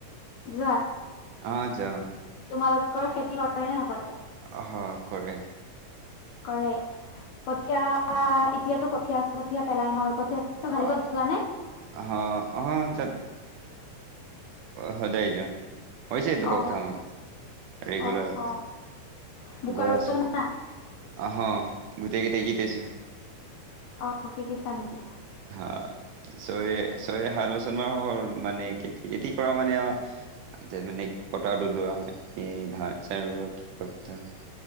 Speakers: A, on the left; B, on the right.
A: যোৱা?
B: অ', যাওঁ।
A: তোমালোকৰ খেতি কৰে? নে নকৰে
B: অহ, কৰে।
A: কৰে, কঠীয়া এতিয়াতো কঠীয়া চঠীয়া পেলাই ন? কঠীয়া চঠীয়া ফালিব
B: অ',
A: যোৱা নে
B: হ', অ <unintelligible> অ', সদায় যাওঁ। হৈছে দুসপ্তাহমান,
A: অ
B: ৰেগুলাৰ।
A: অ অ বোকা
B: গৈ
A: ৰুব
B: আছোঁ।
A: জানা
B: হ', গোটেই কেইটা গীতাইছো।
A: অ', শিকিছা নেকি?
B: হ, ছয়-ছয় সাত বছৰমানান হ'ল, মানে খেতি খেতি কৰা মানে আৰু <unintelligible> মানে কটা দোলোৱা, এই ধান চান ৰোৱা <unintelligible>